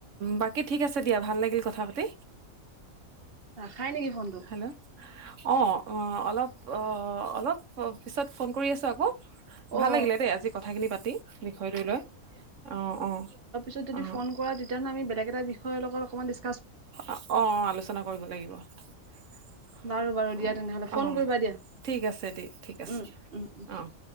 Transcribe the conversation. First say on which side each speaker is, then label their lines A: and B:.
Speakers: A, on the right; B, on the right.
A: বাকী ঠিক আছে দিয়া ভাল লাগিল কথা পাতি।
B: ৰাখাই নেকি ফোনটো।
A: হেল্ল' অ অ অলপ অলপ পিছত ফোন কৰি আছো আকৌ। ভাল
B: অ
A: লাগিলে দেই আজি কথাখিনি পাতি বিষয়টো লৈ অ অ।
B: তেতিয়া' তুমি
A: অ
B: ফোন কৰা তেতিয়া আমি বেলেগ এটা বিষযে অলপ মান দিচ-
A: অ অ আলোচনা কৰিব লাগিব। <inaudible>
B: বাৰু বাৰু
A: অ
B: দিয়া তেনেহ'লে ফোন
A: অ
B: কৰিবা দিয়া
A: ঠিক আছে দেই ঠিক আছে
B: উম উম
A: অ। <inaudible>